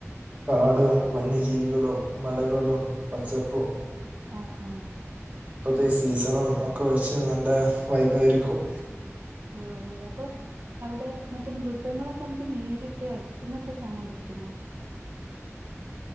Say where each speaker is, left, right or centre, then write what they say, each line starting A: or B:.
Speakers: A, on the right; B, on the right.
A: കാടും വന്യജീവികളും മലകളും പച്ചപ്പും
B: ആഹ് ആഹ്
A: ഇപ്പത്തെ ഈ സീസണ ഒക്കെ വെച്ച് നല്ല വൈബായിരിക്കും
B: ഓഹ് അതെ അപ്പം അവിടെ മറ്റേ മൃഗങ്ങളൊക്കെ നമുക്ക് നേരിട്ട് അടുത്ത് ന്നൊക്കെ കാണാൻ പറ്റുമോ